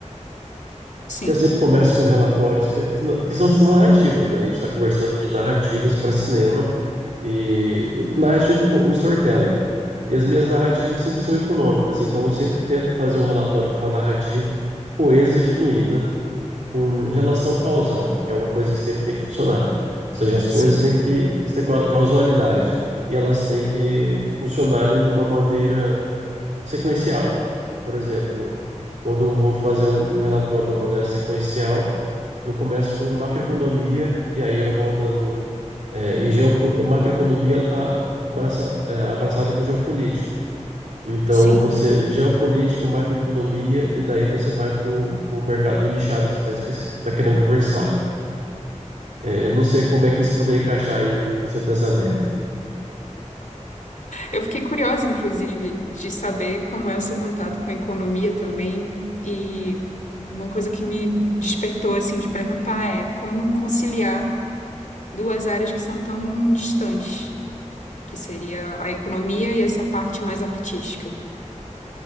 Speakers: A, on the left; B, on the right.
A: Sim,
B: Eu sempre começo com relatórios que, que, na- que são, são narrativas, né? A gente está conversando aqui de narrativas para cinema e, e narrativas com storytelling. E as minhas narrativas sempre são econômicas, então eu sempre tento fazer um relatório com uma narrativa coesa e fluida com relação causal, que é uma coisa que sempre tem que funcionar. Ou seja, as coisas
A: sim,
B: têm que ter causalidade e elas têm que funcionarem de uma maneira sequencial. Por exemplo, quando eu vou fazer um, um relatório de uma maneira sequencial, eu começo com macroeconomia e aí eu vou andando é, em geopo... macroeconomia ela está abraça, é, abraçada com geopolítica. Então,
A: sim.
B: você geopolítica, macroeconomia, e daí você vai para o mercado nichado que você está querendo conversar. É, eu não sei como é que isso poderia encaixar aí no seu pensamento.
A: Eu fiquei curiosa, inclusive, de saber como é o seu contato com a economia também. E uma coisa que me despertou, assim, de perguntar é como conciliar duas áreas que são tão distantes, que seria a economia e essa parte mais artística.